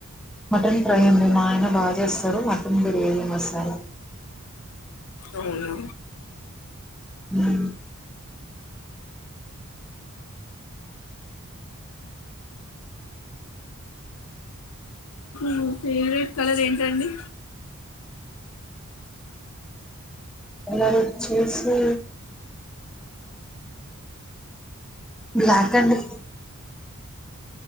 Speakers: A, in the centre; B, on the left.
A: మటన్ ఫ్రై అండి మా ఆయన బాగా చేస్తరు మటన్ బిర్యానీ మసాల
B: అవును
A: హ
B: మీ ఫేవరెట్ కలర్ ఏంటండి
A: కలర్ వచ్చేసి బ్లాక్ అండి